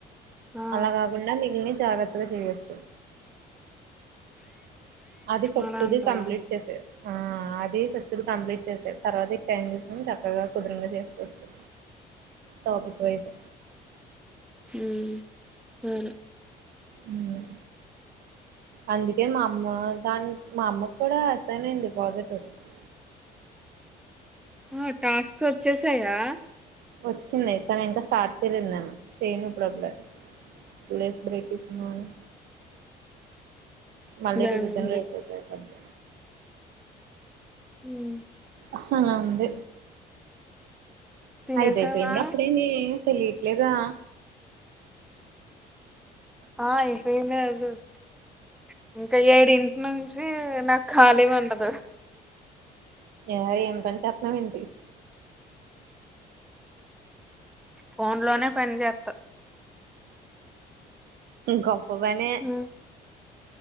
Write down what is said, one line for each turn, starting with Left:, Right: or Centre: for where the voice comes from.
Centre: ఆ
Right: అలా గాగుండా మిగిల్నాయ్ జాగ్రత్త. చేయొచ్చు. అది ఫస్టుది
Centre: అలా అంటావా
Right: కంప్లీట్ చేసేది ఆ అది. ఫస్ట్ కంప్లీట్ చేసేయి తర్వాత ఈ టైం చూస్కొని చక్కగా కుదురుంగ చేస్కొచ్చు. Topic wise.
Centre: ఉమ్ ఉమ్.
Right: ఉమ్ అందుకే మామ్మ దాని మా అమ్మకూడా అసైనైంది ప్రాజెక్టొకటి ఒకటి.
Centre: ఆ టాస్క్ వచ్చేసాయా.
Right: వచ్చింది కానీ ఇంకా స్టార్ట్ చేయలేదు నేను చేయను ఇప్పుడప్పుడే. టూ డేస్ బ్రేక్ తీసుకుందాం అని. మల్లిక్కడ
Centre: బానే
Right: కూర్చొని
Centre: ఉంది
Right: <unintelligible>
Centre: ఉమ్.
Right: హలా ఉంది.
Centre: తినేసావా
Right: ఐదైపోయింది అప్పుడేనే తెలీట్లేదా.
Centre: ఆ ఐపోయింది. <unintelligible> ఇంకా ఏడింటి నుంచీ నాక్ ఖాళీ ఉండదు.
Right: ఏ ఏం పని చేత్నవ్ ఏంటి.
Centre: ఫోన్ లోనే పన్ జెత్త
Right: గప్ప పనే.
Centre: ఉమ్